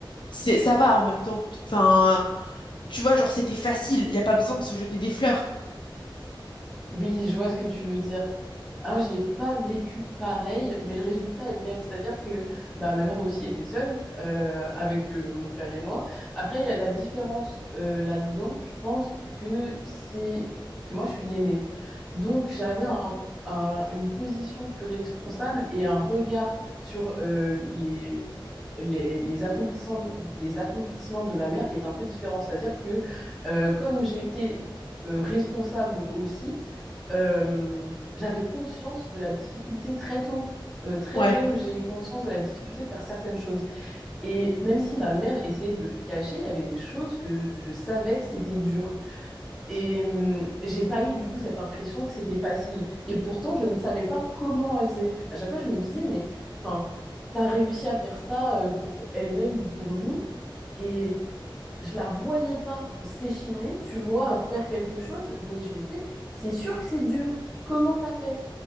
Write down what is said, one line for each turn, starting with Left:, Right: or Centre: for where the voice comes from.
Left: c'est, ça va en même temps. t- Enfin, tu vois, genre, c'était facile. Il n'y a pas besoin de se jeter des fleurs.
Centre: Oui, je vois ce que tu veux dire. Ah, moi, je l'ai pas vécu pareil, mais le résultat est le même. C'est-à-dire que bah, ma mère aussi était seule euh, avec euh, mon frère et moi. Après, il y a la différence euh, là-dedans, je pense que c'est que moi, je suis l'aînée. Donc, j'avais un, un- une position plus responsable et un regard sur euh, les, les, les accomplissements, les accomplissements de ma mère qui est un peu différent. C'est-à-dire que euh, comme j'étais euh, responsable aussi, euh, j'avais conscience de la difficulté très tôt. Euh, très
Left: Ouais.
Centre: jeune, j'ai eu conscience de la difficulté de faire certaines choses. Et même si ma mère essayait de le cacher, il y avait des choses que je, je savais que c'était dur. Et hum, j'ai pas eu du coup cette impression que c'était facile. Et pourtant, je ne savais pas comment elle faisait. À chaque fois, je me disais, mais enfin, t'as réussi à faire ça euh, pour elle-même ou pour nous. Et je la voyais pas s'échiner, tu vois, faire quelque chose. Mais je me disais, c'est sûr que c'est dur. Comment t'as fait?